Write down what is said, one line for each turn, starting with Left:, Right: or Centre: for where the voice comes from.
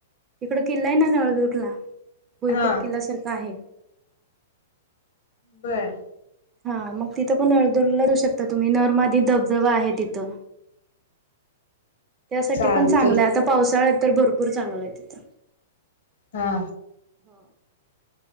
Right: तिकड किल्ला आहे, ना नळदुर्गला भुईकोट
Left: हा
Right: किल्ला सारखा आहे.
Left: बरं
Right: हा मग तिथं पण अळदळूला जाऊ शकता तुम्ही नरमाधी धबधबा आहे तिथं. <inaudible> त्यासाठी
Left: चालतय
Right: पण चांगलं आहे आता पावसाळा तर भरपूर चांगला आहे तिथं.
Left: हा.
Right: हो <inaudible>